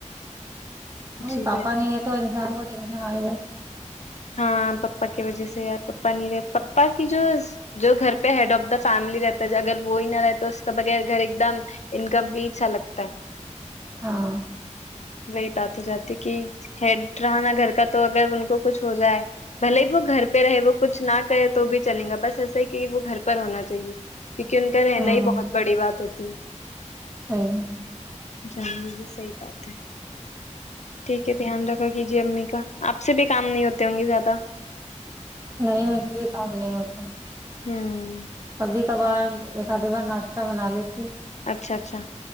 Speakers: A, on the right (about 20°); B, on the left (about 65°).
A: وہ
B: جی
A: پاپا
B: ب
A: نہیں ہے تو انسان کو ٹینشن آ ہی جاتی
B: ہاں پپا کی وجہ سے یار پپا نہیں رہے پپا کی جو جو گھر پہ ہیڈ آف دا فیملی رہتا ہے اگر وہی نہ رہتا اس کے بغیر گھر ایک دم انکمپلیٹ سا لگتا ہے
A: ہاں
B: وہی بات تو زیادتی کی ہیڈ رہا نا گھر کا تو اگر ان کو کچھ ہو جائے بھلے ہی وہ گھر پہ پہ رہے وہ کچھ نہ کرے تو بھی چلیں گا بس ایسا ہی کہ وہ گھر پر ہونا چاہیے کیونکہ ان کا رہنا
A: ہاں
B: ہی بہت بڑی بات ہوتی ہے
A: صحیح
B: جان لیے صحیح بات ہے ٹھیک ہے دھیان رکھا کیجیے امی کا آپ سے بھی کام نہیں ہوتے ہوں گے زیادہ
A: نہیں میرے سے بھی کام نہیں ہوتے
B: ہوں
A: ابھی کبار ایک ادے بار ناشتہ بنا لیتی
B: اچھا اچھا